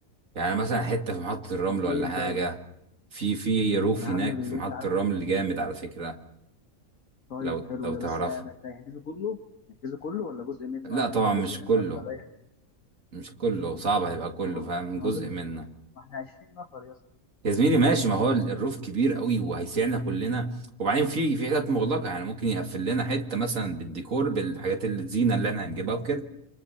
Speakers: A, on the right (about 70°); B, on the left (about 75°).
A: يعني مثلا حتة في محطة الرمل ولا
B: ايه
A: حاجة
B: طيب
A: في في روف
B: يا عم
A: هناك
B: اللي
A: في محطة
B: انت عايزه
A: الرمل جامد على فكرة
B: طيب
A: لو
B: حلو
A: لو
B: ده
A: تعرفه
B: بس بس هيحجزه كله نحجزه كله ولا جزء منه
A: لا
B: عشان
A: طبعا
B: لو جزء
A: مش
B: منه
A: كله
B: هتبقى بايخ
A: مش كله صعب هيبقى كله
B: اه
A: فاهم
B: بقى، ما
A: جزء
B: هو جزء
A: منه
B: منه ما احنا 20 نفر يا اسطى
A: يا زميلي ماشي ما هو الروف كبير قوي وهيسعنا كلنا وبعدين في في حتت مغلقة يعني ممكن يقفل لنا حتة مثلا بالديكور بالحاجات الزينة اللي احنا هنجيبها وكده